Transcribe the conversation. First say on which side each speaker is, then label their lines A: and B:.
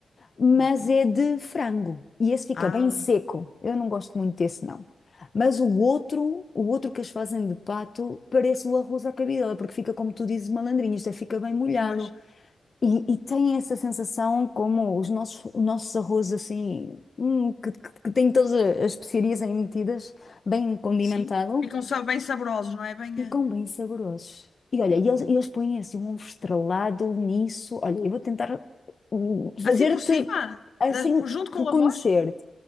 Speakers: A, on the left; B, on the left.
A: mas
B: Ok.
A: é de frango. E esse fica
B: Ah,
A: bem seco. Eu não gosto muito desse, não. Mas o outro, o outro que eles fazem de pato, parece o arroz à cabidela, porque fica, como tu dizes, malandrinho, isto é, fica bem molhado.
B: pois,
A: E, e tem essa sensação como os nossos, os nossos arroz assim, hum, que, que, que têm todas as especiarias aí metidas, bem condimentado.
B: sim. Ficam sa- bem saborosos, não é? Bem,
A: Ficam
B: eh,
A: bem saborosos. E olha, e
B: Boa.
A: eles, e eles põem assim um ovo estrelado nisso. Olha, eu vou tentar hum, fazer-te
B: assim por cima,
A: assim
B: eh, por- junto com
A: reconhecer
B: o arroz?